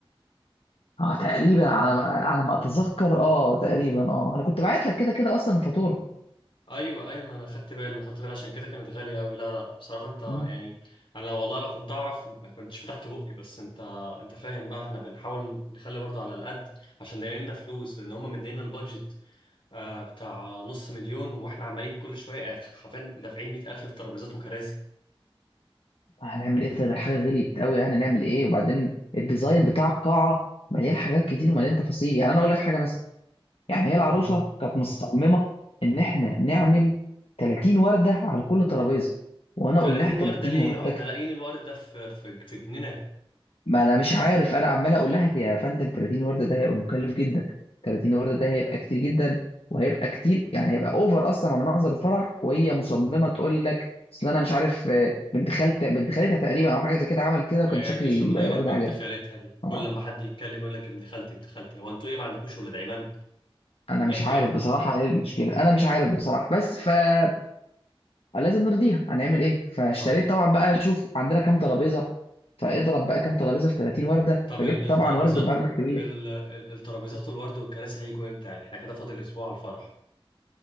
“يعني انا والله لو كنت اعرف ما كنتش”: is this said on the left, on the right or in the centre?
Left